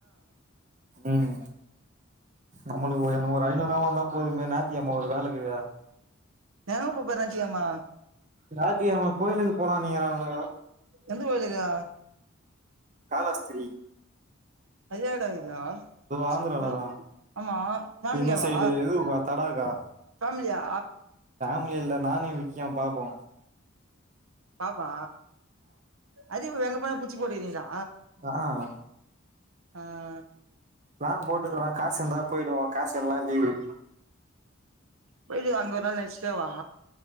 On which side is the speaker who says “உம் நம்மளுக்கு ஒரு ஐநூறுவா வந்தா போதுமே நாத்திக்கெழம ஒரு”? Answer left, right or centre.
Right